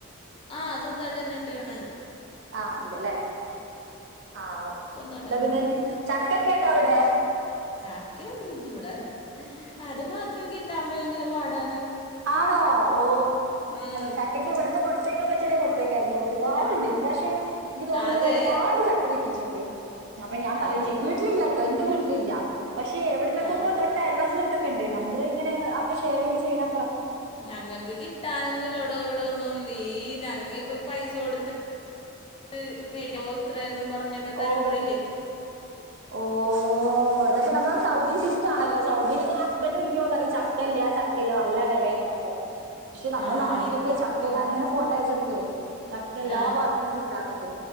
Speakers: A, on the left; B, on the right.
A: ആ സ്വന്തായിട്ടന്നെ ട്ടെക്ണാണ്.
B: ആ ണ്ട് ലെ ആഒകെ
A: സ്വന്തമായിട്ട്
B: ന്ത
A: തന്നെ
B: പിന്നെ ഞ്ഞ് ചക്കക്കെണ്ടൊവിടെ
A: ചക്കൊന്നും ല്ലിവടെ ഹ് അത് മാത്രം കിട്ടാ ഭയങ്കര പാടാ
B: ആണൊ ഓ
A: ഉം.
B: ചക്കക്കെ വിട്ന്ന് കൊട്ത്തയക്കാൻ പറ്റാണെങ്കിൽ കൊടുത്തയക്കേനി വാണ് ണ്ടി ഇപ്രാശ്യം ൻക് തോന്ന്ണു
A: അതെ
B: ഒരുപാട് ചക്ക കിട്ടി ച്ചുണ്ട്. അപ്പൊ ഞാൻ
A: അയ്യോ
B: പറയു ചെയ്യും വീട്ടിലില്ല ട്ടൊ ഇന്റെ വീട്ടി ന്നില്ല പക്ഷെ എവിടെന്നെക്കെക്കോ
A: ആ
B: തൊട്ട അയൽവാസിയളെട്ത്ത ക്കെണ്ട് നമ്മള് ഇങ്ങനെ അഒക്കെ ശെയറൈത് ചെയ്യ്ണ
A: ഞങ്ങക്ക് കിട്ടാനൊന്നുല്ലടോ ഇവിടൊന്നും നീ ഞങ്ങ വ് പൈസ കൊട്ത്ത് ഹ് മേടി ഓര്ത്രേന്നും പറഞ്ഞൊക്കെ തരുമ്പയില്ലേ
B: ഓ ഓ അതൊക്കെ നമ്മടെ സൗദി സിസ്റ്റം ആണല്ലൊ സൗദിലെ ഹസ്ബന്റ് വിളിക്കുമ്പൊ പറിം ചക്കല്ലാ ചക്കല്ലാ നല്ല ചെലേന്നൊക്കെ ക്ഷേ നമ്മടെ
A: ആ
B: നാട്ടിലൊക്കെ
A: ഇ-
B: ചക്ക ഞാങ്ങനെ ഫോട്ടയച്ചൊട് തേ ചക്കെല്ലാ
A: ആ
B: ഭാഗത്ത്ന്നും കിട്ടാർണ്ട്